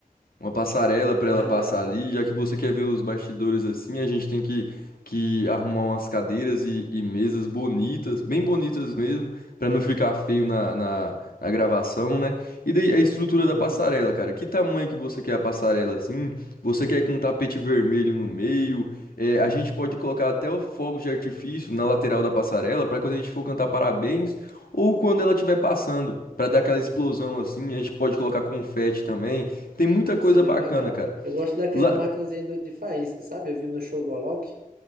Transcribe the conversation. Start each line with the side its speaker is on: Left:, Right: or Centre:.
Left: uma passarela para
Right: é verdade.
Left: ela passar ali, já que você quer ver os bastidores assim, a gente tem que, que arrumar umas cadeiras e, e mesas bonitas, bem bonitas mesmo, para não ficar feio na, na, na gravação, né? E daí a estrutura
Right: Uhum,
Left: da passarela, cara, que tamanho que você quer a passarela assim? Você quer com um tapete vermelho no meio? É, a gente pode colocar até o fogo de artifício na lateral da passarela para quando a gente for cantar parabéns ou quando ela estiver passando, para dar aquela explosão assim. A gente pode colocar confete também. Tem muita coisa
Right: seria
Left: bacana,
Right: legal.
Left: cara.
Right: Eu gosto daquela
Left: Lá...
Right: maquinazinha do- de faísca, sabe? Eu vi no show do Alok.